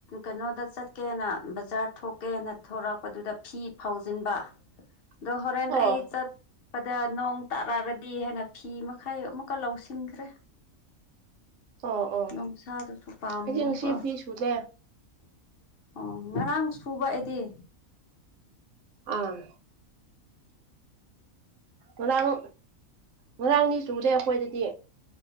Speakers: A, on the left (about 50°); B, on the right (about 70°).
A: ꯀꯩꯅꯣꯗ ꯆꯠꯀꯦꯅ ꯕꯖꯥꯔ ꯊꯣꯛꯀꯦꯅ ꯊꯣꯔꯛꯄꯗꯨꯗ ꯐꯤ ꯐꯧꯖꯤꯟꯕ
B: <inaudible>
A: ꯗꯣ ꯍꯣꯔꯦꯟ
B: ꯑꯣ
A: ꯑꯩ ꯆꯠ- ꯄꯗ ꯅꯣꯡ ꯇꯥꯔꯛꯑꯒꯗꯤ ꯍꯥꯏꯅ ꯐꯤ ꯃꯈꯩ ꯑꯃꯨꯛꯀ ꯂꯧꯁꯤꯟꯈ꯭ꯔꯦ
B: ꯑꯣ ꯑꯣ
A: ꯅꯨꯡꯁꯥꯗꯨꯁꯨ ꯄꯥꯝꯃꯣꯏꯀꯣ
B: ꯑꯩꯗꯤ ꯉꯁꯤ ꯐꯤ ꯁꯨꯗꯦ
A: ꯑꯣ ꯉꯔꯥꯡ ꯁꯨꯕ ꯑꯩꯗꯤ
B: ꯎꯝ ꯉꯔꯥꯡ ꯉꯔꯥꯡꯗꯤ ꯆꯨꯗꯦ ꯑꯩꯈꯣꯏꯗꯗꯤ